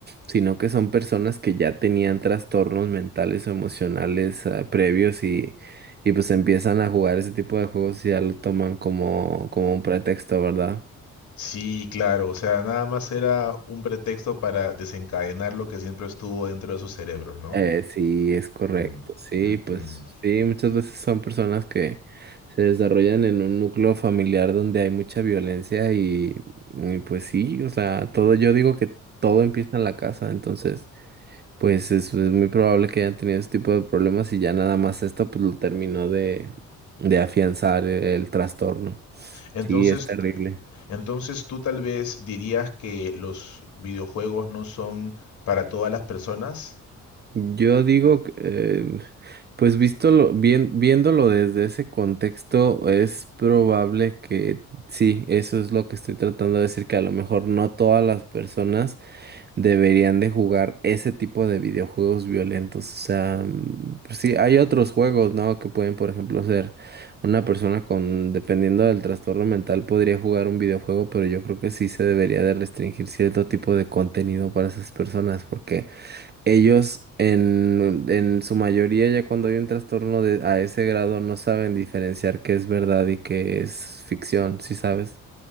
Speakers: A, on the right; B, on the left.
A: sino que son personas que ya tenían trastornos mentales o emocionales, ah, previos y... Y pues empiezan a jugar ese tipo de juegos y ya lo toman como, como un pretexto, ¿verdad?
B: Sí, claro, o sea, nada más era un pretexto para desencadenar lo que siempre estuvo dentro de sus cerebros, ¿no?
A: Eh, sí, es correcto.
B: Mm,
A: Sí,
B: Mm.
A: pues sí, muchas veces son personas que se desarrollan en un núcleo familiar donde hay mucha violencia y, y pues sí, o sea, todo, yo digo que todo empieza en la casa, entonces pues es, es muy probable que hayan tenido ese tipo de problemas y ya nada más esto pues lo terminó de, de afianzar el, el trastorno.
B: Entonces,
A: Sí, es terrible.
B: entonces tú tal vez dirías que los videojuegos no son para todas las personas.
A: Yo digo, que, eh, pues visto lo- bien, viéndolo desde ese contexto, es probable que sí, eso es lo que estoy tratando de decir, que a lo mejor no todas las personas deberían de jugar ese tipo de videojuegos violentos. O sea, mm, pues sí, hay otros juegos, ¿no? Que pueden, por ejemplo, ser una persona con, dependiendo del trastorno mental, podría jugar un videojuego, pero yo creo que sí se debería de restringir cierto tipo de contenido para esas personas, porque ellos en, en su mayoría ya cuando hay un trastorno de, a ese grado no saben diferenciar qué es verdad y qué es ficción, ¿sí sabes?